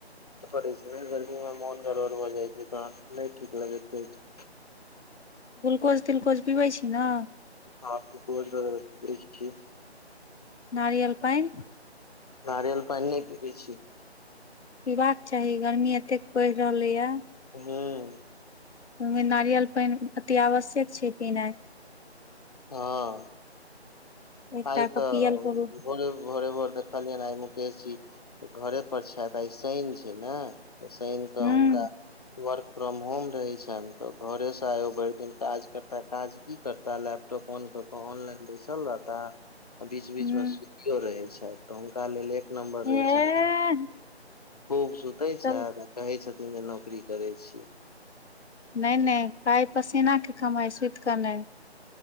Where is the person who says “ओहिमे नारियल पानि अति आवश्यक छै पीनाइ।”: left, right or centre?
Left